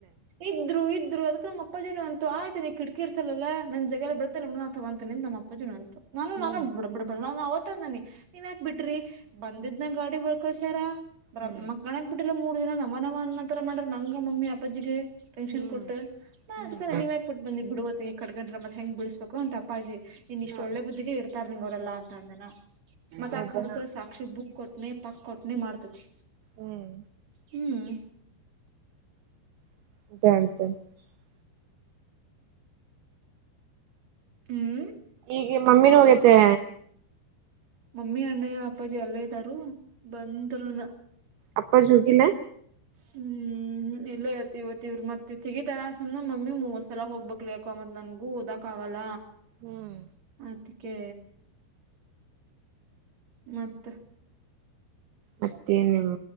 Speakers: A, on the right; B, on the right.
A: ಇದ್ರು ಇದ <unintelligible> ಅದಕ ನಮ್ಮ ಅಪ್ಪಜೀನು ಅಂತು ಆಯ್ತು ನೀ ಕಿಟಕಿ ಇಡ್ಸಲ್ಲಲ ನನ್ ಜಗ <unintelligible> ತಗೊಂತೀ ನಿ ನಮ್ಮ ಅಪ್ಪಜೀನು ಅಂತು. ನಾನು
B: ಹ್ಮ್
A: ನಾನು ಬಿ ಬಿಡಪಡ ನಾನು ಅವತ್ <unintelligible> ನನಿ ನೀವ್ ಯಾಕ್ ಬಿಟ್ರಿ ಬಂದಿದ್ನ ಗಾಡಿ ಹೊಳ್ಕಾಸ್ಯಾರ. <unintelligible> ಬರ
B: ಹ್ಮ್
A: ಮಕಣಕ್ ಬಿಟ್ಟಿಲ್ಲ ಮೂರ್ ದಿನ ನವನವ ಅನ್ನ ತರ ಮಾಡ್ರ ನಂಗ ಮಮ್ಮಿ ಅಪ್ಪಾಜಿಗೆ. ಟೆನ್ಷನ್
B: ಹ್ಮ್
A: ಕೊಟ್ಟು ನಾ
B: ಹ್ಮ್
A: ಅದಕ ಅ ನೀವ ಯಾಕಕ್ ಬಿಟ್ಟು ಬಂದಿ ಬಿಡ ಈ ಕಡ್ ಗಂಟರ ಮತ್ ಹೆಂಗ್ ಬಿಡಿಸಸ್ಬೇಕು ಅಂತ ಅಪ್ಪಾಜಿ. ನಿನ್ ಇಷ್ಟ
B: ಹಾ
A: ಒಳ್ಳೆ ಬುದ್ಧಿಗೆ ಇಡ್ತಾರ್ ನಿಂಗ ಅವರೆಲ್ಲಾ ಅಂತ ಅಂದನ ಮತ್
B: ಹೌದ
A: ಆ ಕರ್ದು ಸಾಕ್ಷಿ ಬುಕ್ ಕೊಟ್ಟನೆ. ತಕ್ಕೊಟ್ನಿ ಮಾಡ್ತಿತಿ
B: ಹ್ಮ್
A: ಹ್ಮ್.
B: <unintelligible>
A: ಹ್ಮ್
B: ಈಗೆ ಮಮ್ಮಿನೂ ಹೋಗ್ಯತೆ.
A: ಮಮ್ಮಿ ಅಣ್ಣಯ್ಯ ಅಪ್ಪಾಜಿ ಎಲ್ಲ ಇದ್ದರೂ ಬಂದ್ರುನಾ.
B: ಅಪ್ಪ ಹೊಗಿಲ್ಲ.
A: ಹ್ಮ್ ಹ್ಮ್ ಇಲ್ಲ ಇವತ್ತು ಇವತ್ತು ಇವ್ರ ಮತ್ ತೆಗಿತಾರ ಸುಮ್ನೆ ನ ಮಮ್ಮಿ ಮೂವತ್ ಸಲ ಹೋಗ್ಬೇಕಕ್ಕ ಅ ಮತ್ ನನ್ಗ ಓದಕ್ ಆ ಅಲ
B: ಹ್ಮ್
A: ಅದಕ್ಕೆ ಮತ್ತೆ
B: ಮತ್ತೇ ನಿಮ್.